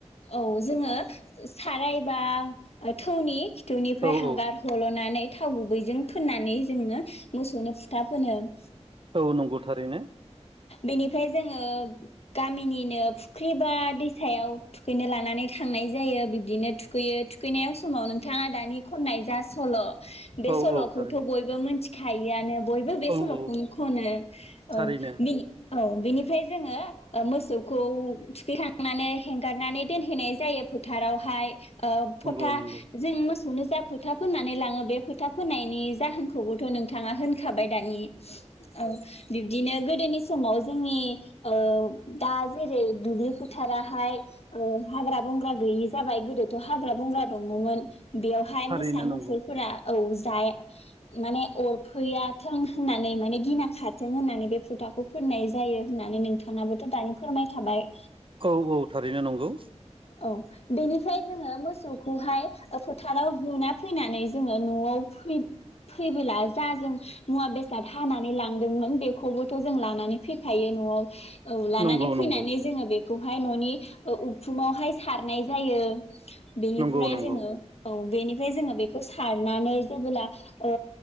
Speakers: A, on the left (about 60°); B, on the right (about 50°).
A: औ जोङो साराय बा थौनि खिथौनिफ्राय
B: औ
A: हांगार
B: औ
A: हल'नानै थाव गुबैजों फोननानै जोङो मोसौनो फुथा फोनो ।
B: औ नंगौ थारैनो ।
A: बेनिफ्राय जोङो गामिनिनो फु फुख्रिबा दैसायाव थुखैनो लानानै थांनाय जायो बिब्दिनो थुखैयो । थुखैनायाव समाव नोंथाङा दानि खननाय जा सल' बे
B: औ
A: सल'खौथ'
B: औ थारैनो
A: बयबो मिथि खायोआनो बयबो बे
B: औ
A: सल'खौनो
B: औ
A: खनो औ
B: थारैनो
A: बिनि औ बेनिफ्राय जोङो मोसौखौ थुखैखांनानै हेंगारनानै दोनहैनाय जायो । फोथारावहाय ओ फथा
B: नंगौ नंगौ
A: जों मोसौनो जा फोथा फोननानै लाङो बे फोथा फोनायनायनि जाहोनखौबोथ' नोंथाङा होनखाबाय । दानि औ बिब्दिनो गोदोनि समाव जोंनि ओ दा जेरै दुब्लि फोथाराहाय ओ हाग्रा बंग्रा गैयि जाबाय गोदोथ' हाग्रा बंग्रा दङमोन बेयावहाय
B: थारैनो
A: मोसा
B: नंगौ
A: मुफुरफोरा औ जाया माने अरफैयाथों होननानै माने गिना खारथों होननानै बे फुथाखौ फोननाय जायो होननानै नोंथां नाबोथ' दानि फोरमाय खाबाय ।
B: औ औ थारैनो नंगौ ।
A: औ बेनिफ्राय जोङो मोसौ खौहाय फोथाराव होना फैनानै जोङो न'आव फै फैबोला जा जों मुवा बेसाद हानानै लांदोंमोन बेखौबोथ' जों लानानै फैफायो । न'आव औ लानानै
B: नंगौ
A: फैनानै
B: नंगौ
A: जोङो बे खौहाय न'नि उखुमावहाय सारनाय जायो । बेनिफ्राय
B: नंगौ नंगौ
A: जोङो औ । बेनिफ्राय जोङो बेखौ सारनानै जेबोला ओ